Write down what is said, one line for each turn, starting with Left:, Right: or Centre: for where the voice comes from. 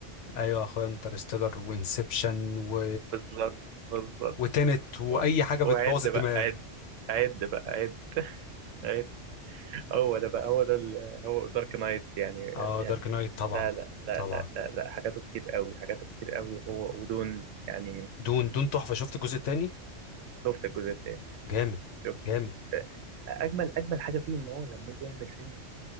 Left: ايوه يا اخويا انترستيلر وانسبشن و...
Right: بالظبط بالظبط
Left: وتنت واي
Right: و-
Left: حاجة بتبوظ
Right: وعد
Left: الدماغ
Right: بقى عد عد بقى عد <laughs> عد هو ده بقى هو ده ال- هو دارك نايت يعني
Left: اه
Right: يعني
Left: دارك نايت طبعا
Right: لا لا لا
Left: طبعا
Right: لا لا لا حاجاته كتير قوي حاجاته كتير قوي هو ودون يعني
Left: دون دون تحفة شفت الجزء التاني
Right: شفت الجزء التاني
Left: جامد
Right: شفت الجزء
Left: جامد
Right: التاني. اجمل اجمل حاجه فيه ان هو لما يجي يعمل فيلم